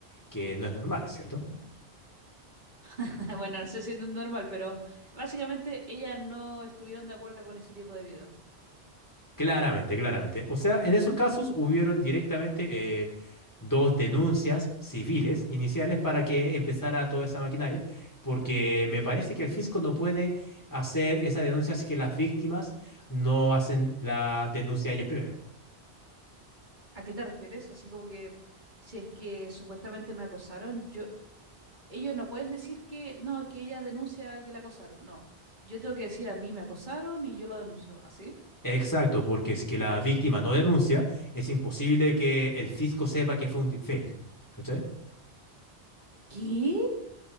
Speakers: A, on the left (about 20°); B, on the right (about 45°).
A: que no es normal, ¿cierto?
B: <laughs> Bueno, no sé si no es normal, pero básicamente ellas no estuvieron de acuerdo con ese tipo de video.
A: Claramente, claramente. O sea,
B: Ujú.
A: en esos casos hubieron directamente eh, dos denuncias civiles iniciales para que empezara toda esa maquinaria, porque me parece que el fisco no puede hacer esa denuncia si que las víctimas no hacen la denuncia ellos primero.
B: ¿A qué te refieres? Así como que si es que supuestamente me acosaron, yo, ellos no pueden decir que no, es que ella denuncia que la acosaron. No, yo tengo que decir a mí me acosaron y yo lo denuncio. ¿Así?
A: Exacto, porque es que la víctima no denuncia, es imposible que el fisco sepa que fue un deepfake. ¿Cachai?
B: ¿Qué?